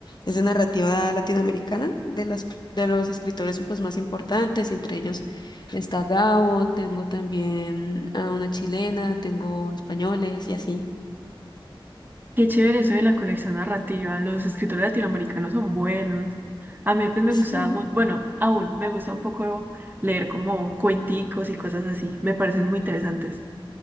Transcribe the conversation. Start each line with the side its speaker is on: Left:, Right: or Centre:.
Left: es de narrativa latinoamericana, de las, de los escritores pues, más importantes, y entre ellos está Gabo, tengo también a una chilena, tengo españoles y así.
Right: Qué chévere eso de la colección narrativa, los escritores latinoamericanos son buenos. A mí antes me
Left: Sí.
Right: gustaba mucho, bueno, aún me gusta un poco leer como cuenticos y cosas así, me parecen muy interesantes.